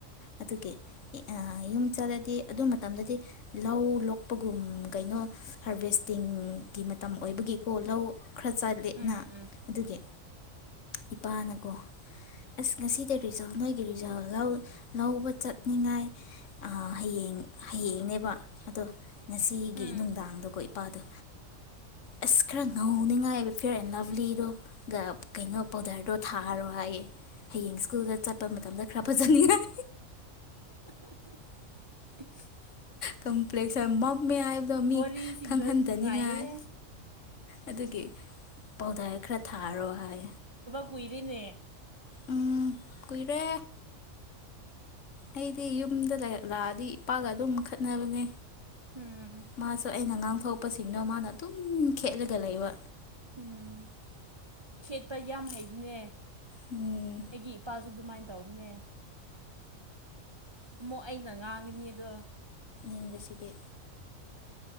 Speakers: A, on the left; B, on the right.
A: ꯑꯗꯨꯒꯤ
B: <inaudible>
A: ꯑꯥ ꯌꯨꯝ ꯆꯠꯂꯗꯤ ꯑꯗꯨ ꯃꯇꯝꯗꯗꯤ ꯂꯧ ꯂꯣꯛꯄꯒꯨꯝ ꯀꯩꯅꯣ ꯍꯥꯔꯚꯦꯁꯇꯤꯡ ꯃꯇꯝ ꯑꯣꯏꯕꯒꯤꯀꯣ ꯂꯧ ꯈꯔ ꯆ ꯂꯦꯠꯅ
B: ꯎꯝ ꯎꯝ
A: ꯑꯗꯨꯒꯤ ꯏꯄꯥꯅꯀꯣ ꯑꯁ ꯉꯁꯤꯗ ꯔꯤꯖꯥꯜ ꯅꯣꯏꯒꯤ ꯔꯤꯖꯥꯜ ꯂꯧ ꯂꯧꯕ ꯆꯠꯅꯤꯡꯉꯥꯏ ꯑꯥ ꯍꯌꯦꯡ ꯍꯌꯦꯡꯅꯦꯕ ꯑꯗꯣ ꯉꯁꯤꯒꯤ
B: ꯎꯝ
A: ꯅꯨꯡꯗꯥꯡꯗ ꯀꯣꯏ ꯄꯥꯗꯣ ꯑꯁ ꯈꯔ ꯉꯧꯅꯤꯡꯉꯥꯏꯕ ꯐꯤꯌꯔ ꯑꯦꯟ ꯂꯚꯂꯤꯗꯣꯒ ꯀꯩꯅꯣ ꯄꯥꯎꯗꯔꯗꯣ ꯊꯥꯔꯣ ꯍꯥꯏꯌꯦ ꯍꯌꯦꯡ ꯁ꯭ꯀꯨꯜꯗ ꯆꯠꯄ ꯃꯇꯝꯗ ꯈꯔ ꯐꯖꯅꯤꯉꯥꯏ
B: <unintelligible>
A: ꯀꯝꯄ꯭ꯂꯦꯛꯁꯟ ꯃꯝꯃꯦ ꯍꯥꯏꯕꯗꯣ ꯃꯤ
B: ꯋꯥꯔꯤꯁꯤꯡꯗꯣ
A: ꯈꯪꯍꯟꯗꯅꯤꯡꯉꯥꯏ
B: ꯅꯨꯡꯉꯥꯏꯌꯦꯍꯦ
A: ꯑꯗꯨꯒꯤ ꯄꯥꯎꯗꯥ꯭ꯔ ꯈꯔ ꯊꯥꯔꯣ ꯍꯥꯏ
B: ꯀꯨꯏꯔꯤꯅꯦ
A: ꯎꯝ ꯀꯨꯏꯔꯦ ꯑꯩꯗꯤ ꯌꯨꯝꯗ ꯂꯩ ꯂꯛꯑꯗꯤ ꯏꯄꯥꯒ ꯑꯗꯨꯝ ꯈꯠꯅꯕꯅꯦ
B: ꯎꯝ
A: ꯃꯥꯁꯨ ꯑꯩꯅ ꯑꯉꯥꯡꯊꯣꯛꯄꯁꯤꯡꯗꯣ ꯃꯥꯅ ꯑꯗꯨꯝ ꯈꯦꯠꯂꯒ ꯂꯩꯕ
B: ꯎꯝ ꯈꯦꯠꯄ ꯌꯥꯝ ꯍꯩꯕꯅꯦ
A: ꯎꯝ
B: ꯑꯩꯒꯤ ꯏꯄꯥꯁꯨ ꯑꯗꯨꯃꯥꯏꯅ ꯇꯧꯕꯅꯦ ꯑꯃꯨꯛ ꯑꯩꯅ ꯉꯥꯡꯒꯅꯤ ꯑꯗꯣ
A: ꯃꯤꯒꯤꯁꯤꯗꯤ